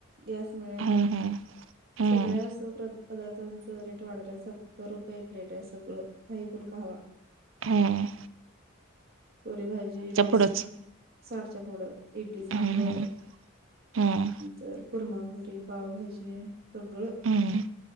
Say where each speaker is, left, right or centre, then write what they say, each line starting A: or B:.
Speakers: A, on the right (about 50°); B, on the right (about 70°).
A: गॅस मिळेनात.
B: हम्म हम्म हम्म
A: सगळ्या असं पदार्थांच रेट वाढलेत सत्तर रुपये प्लेट आहे सगळं. काहीपण खावा?
B: हा.
A: पुरी भाजी, डोसा.
B: पुढंच
A: साठच्या पुढ इडली सांबर
B: हम्म हम्म हम्म
A: तर कुरमापुरी, पावभाजी सगळं.
B: हं